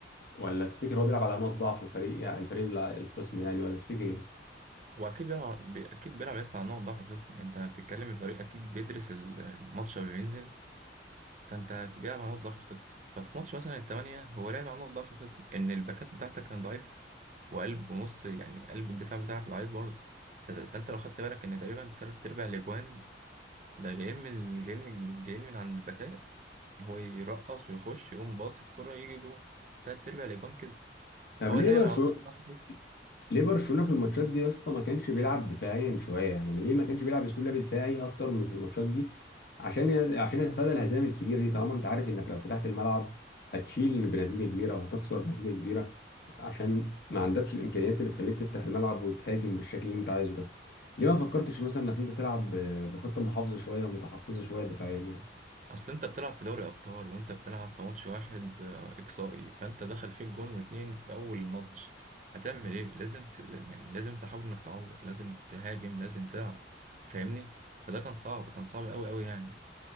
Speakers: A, on the left (about 55°); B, on the right (about 45°).
A: ولا تفتكر هو بيلعب على نقط ضعف فريق يعني الفريق الع- الخصم يعني ولا تفتكر ايه
B: هو اكيد بيلعب بي- اكيد بيلعب يا اسطى على نقط ضعف الخصم انت بتتكلم في فريق اكيد بيدرس ال- الماتش قبل ما ينزل فانت بيلعب على نقط ضعف الخصم ففي ماتش مثلا الثمانية هو لعب على نقط ضعف الخصم ان الباكات بتاعتك كان ضعيف وقلب ونص يعني قلب الدفاع بتاعك ضعيف برضه ف- فانت لو خدت بالك ان تقريبا تلات ارباع الاجوان ده جايين من جايين من جايين من عند الباكات هو يرقص ويخش يقوم باص الكرة يجي جوه تلات ارباع الاجوان كده
A: طب
B: فهو
A: ليه
B: لاعب
A: برشلونه
B: على نقط ضعف
A: ليه برشلونه في الماتشات دي يا اسطى ما كانش بيلعب دفاعيا شويه يعني ليه ما كانش بيلعب اسلوب لعب دفاعي اكتر من في الماتشات دي عشان ي- عشان يتفادى الهزائم الكبيره دي طالما انت عارف انك لو فتحت الملعب هتشيل بنتيجه كبيره وهتخسر بنتيجه كبيره عشان ما عندكش الامكانيات اللي تخليك تفتح الملعب وتهاجم بالشكل اللي انت عايزه ده ليه ما فكرتش مثلا انك انت تلعب ب- بخطه محافظه شويه ومتحفظه شويه دفاعيا يعني
B: اصل انت بتلعب في دوري ابطال وانت بتلعب في ماتش واحد آه، اقصائي فانت دخل فيك جون واتنين في اول ماتش هتعمل ايه لازم ت... يعني لازم تحاول انك تعوض لازم تهاجم لازم تلعب فاهمني فده كان صعب كان صعب قوي قوي يعني